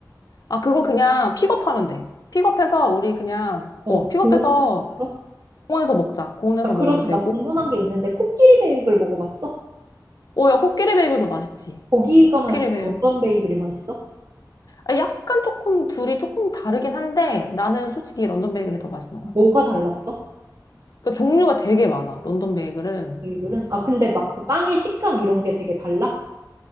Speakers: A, on the left; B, on the right.
A: 아, 그거 그냥 픽업하면 돼. 픽업해서 우리 그냥,
B: 어,
A: 어, 픽업해서
B: 공원 같은 데서?
A: 공원에서 먹자. 공원에서
B: 야,
A: 먹어도
B: 그럼
A: 되고.
B: 나 궁금한 게 있는데 코끼리 베이글 먹어봤어?
A: 오, 야, 코끼리 베이글도 맛있지.
B: 거기가 맛있어?
A: 코끼리배.
B: 런던 베이글이 맛있어?
A: 아, 약간 조금 둘이 조금 다르긴 한데 나는 솔직히 런던 베이글이 더 맛있는 것
B: 뭐가
A: 같아.
B: 달랐어?
A: 그러니까 종류가 되게 많아. 런던 베이글은
B: 베이글은? 아 근데 막 그 빵의 식감 이런 게 되게 달라?